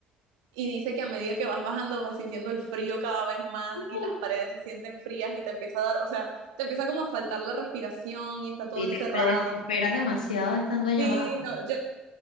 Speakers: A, on the right; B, on the left.
A: y dice que a medida que vas bajando vas sintiendo el frío cada vez más
B: Uf,
A: y las paredes se sienten frías y te empieza a dar, o sea, te empieza como a faltar la respiración y está todo
B: Sí,
A: encerrado.
B: te, te desesperas demasiado estando allá
A: Sí,
B: abajo.
A: no, yo,